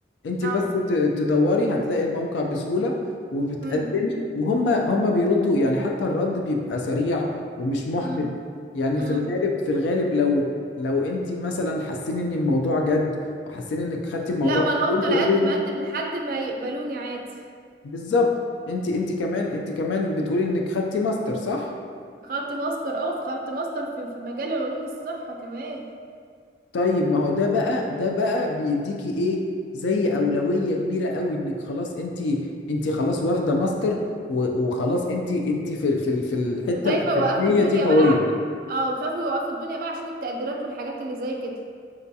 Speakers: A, on the left (about 80°); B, on the right (about 50°).
A: انت
B: اه
A: بس ت- تدوري هتلاقي الموقع بسهولة وبتقدمي
B: امم
A: وهم هم بيردوا يعني حتى الرد بيبقى سريع ومش محبط
B: امم
A: يعني
B: امم
A: في الغالب في الغالب لو لو انت مثلا حاسين ان الموضوع جد وحاسين انك خدتي الموضوع
B: لا ما
A: جد
B: انا
A: وانت
B: هفضل
A: already
B: اقدم اقدم لحد ما يقبلوني عادي
A: بالظبط انت انت كمان انت كمان بتقولي انك خدتي ماستر صح
B: خدت ماستر اه في خدت ماستر في في مجال علوم الصحه كمان
A: طيب ما هو ده بقى ده بقى بيديكي ايه زي اولوية كبيرة قوي انك خلاص انت انت خلاص واخدة ماستر و- وخلاص انت انت في في ال- في الحتة
B: خايفة
A: الأكاديمية
B: يوقفوا الدنيا
A: دي قوية
B: بقى اه خايفوا يوقفوا الدنيا بقى عشان التقديرات والحاجات اللي زي كده